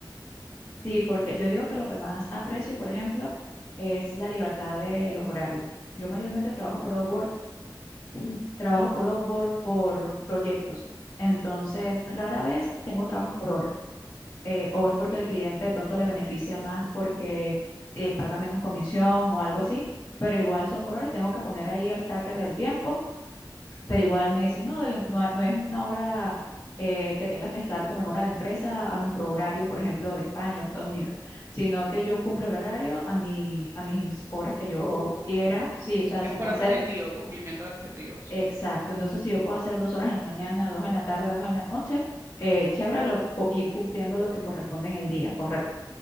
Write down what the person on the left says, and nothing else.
Sí, porque yo digo que lo que más aprecio, por ejemplo, es la libertad de los horarios. Yo mayormente trabajo por
Upwork <clears throat> Trabajo por Upwork, por proyectos. Entonces, rara vez tengo trabajos por hora. Eh, o es porque al cliente de pronto le beneficia más porque eh, paga menos comisión o algo así, pero
igual son por horas. Tengo que poner ahí el tracker del tiempo, pero igual me dicen, no, del- no, no es una hora eh, que tenga que estar como en hora de empresa a nuestro horario, por ejemplo, de España o Estados Unidos,
sino que yo cumplo el horario a, mi, a mis horas que
yo
quiera. Sí, o sea,
si
puedo
hacer
Exacto, entonces si yo puedo hacer dos horas en la mañana, dos en la tarde, dos en la noche, eh, chévere lo- co- ir cumpliendo lo que corresponde en el día, correcto.